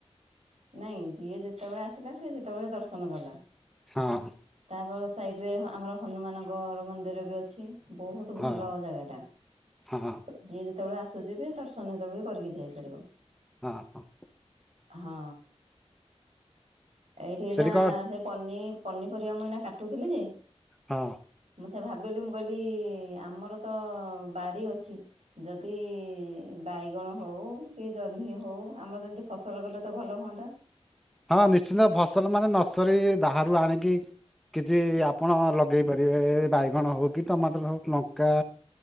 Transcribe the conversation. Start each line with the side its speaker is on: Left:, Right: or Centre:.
Right: ନାଇଁ ଯିଏ ଯେତେବେଳେ ଆସିଲା ସିଏ ସେତେବେଳେ ଦର୍ଶନ କଲା।
Centre: ହଁ।
Right: ତାପ ସାଇଡ଼ରେ ଆମର ହନୁମାନଙ୍କର ମନ୍ଦିର ବି ଅଛି। ବହୁତ ଭଲ
Centre: ହଁ
Right: ଜାଗାଟା।
Centre: ହଁ
Right: ଯିଏ ଯେତେବେଳେ ଆସୁଛିି ବି ଦର୍ଶନ ସେତେବେଳେ ବି କରିକି ଯାଇପାରିବ।
Centre: ହଁ ହଁ।
Right: ହଁ ଏଇଠି
Centre: ସେଠି
Right: ନା
Centre: କଣ
Right: ସେ ପନି ପନି ପରିବା ମୁଁ ଏଇନା କାଟୁଥିଲି ଯେ
Centre: ହଁ।
Right: ମୁଁ ସେ ଭାବିଲି ମୁଁ କହିଲି ଆମର ତ ବାରି ଅଛି। ଯଦି ବାଇଗଣ ହଉ କି ଜହ୍ନି ହଉ ଆମର ଯେମିତି ଫସଲ କଲେ ତ ଭଲ ହୁଅନ୍ତା।
Centre: ହଁ ନିଶ୍ଚିନ୍ତ ଫସଲ ମାନେ ନର୍ସରୀ ବାହାରୁ ଆଣିକି କିଛି ଆପଣ ଲଗେଇ ପାରିବେ ବାଇଗଣ ହଉ କି ଟମାଟର ହଉ ଲଙ୍କା।